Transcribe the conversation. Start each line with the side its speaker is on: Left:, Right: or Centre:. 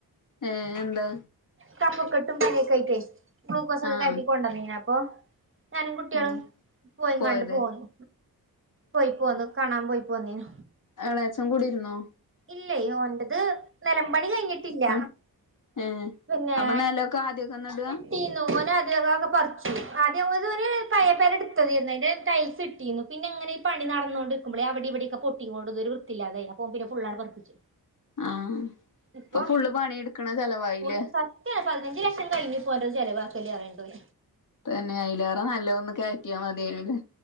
Left: ഏ എന്താ
Right: കഫകട്ടും പണിക്കായിട്ടേ ഗ്ലൂക്കോസ് ഒക്ക
Left: ആഹ്
Right: കയറ്റി കൊണ്ടന്ന ഇപ്പോ ഞാനും കുട്ടികളും
Left: ആഹ്
Right: പോയി
Left: പോയത്
Right: കണ്ട് പോന്നു പോയി പോന്നു കാണാൻ പോയി പോന്നേനു
Left: ടാച്ചം കൂടിരുന്നോ
Right: ഇല്ലേ ഓന്റെത് നിലമ്പണി കഴിഞ്ഞിട്ടില്ല
Left: പ ഏഹ്
Right: പിന്നെ
Left: അപ്പൊ നെലൊക്കെ ആദ്യൊക്കെന്നെ ഇടാ
Right: ഇട്ടിന്നുഓന അത്ക്കെ പറിച്ചു ആദ്യോ- പയ പേര എടുത്തായിരുന്നുഅയിന് റ്റായിൽൽസ് ഇട്ടിന്നു പിങ്ങനെ ഈ പണി നടന്നോണ്ടിമ്പോ അവിടെ ഇവിടെവിടെക്കെ പേടി - തികൊടുതൽ വൃത്തില്ലതയി അപ്പൊ പിന്നെ ഫുള്ളാണ് പറീപ്പിച്ച്
Left: ആഹ്
Right: ഇപ്പം
Left: ഇപ്പൊ ഫുള്ള് പണിയെടുക്കണ ചെലവായില്ലേ
Right: ഉള്ളും സത്യാണ് പതിനഞ്ച് ലക്ഷം കഴിഞ്ഞു പോണ്ടത് ചിലവാ ലി അറിയേണ്ടത്
Left: തന്നെ അയിലേറെ നല്ലോന്ന് കറ്റിയാ മതിയേന്ന്